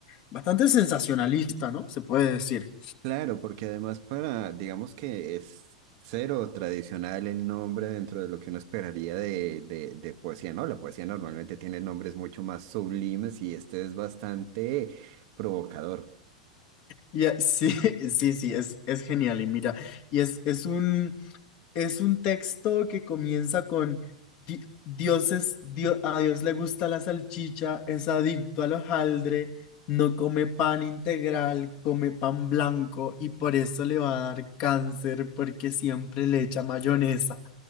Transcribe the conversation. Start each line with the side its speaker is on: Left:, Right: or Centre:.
Left: bastante sensacionalista, ¿no? Se puede decir.
Right: Claro, porque además para, digamos que es cero tradicional el nombre dentro de lo que uno esperaría de, de, de poesía, ¿no? La poesía normalmente tiene nombres mucho más sublimes y este es bastante provocador.
Left: Y, eh, sí, <laughs> sí, sí, es, es genial. Y mira, y es, es un... Es un texto que comienza con "Di- Dios es, Dio- a Dios le gusta la salchicha, es adicto al hojaldre, no come pan integral, come pan blanco y por eso le va a dar cáncer porque siempre le echa mayonesa.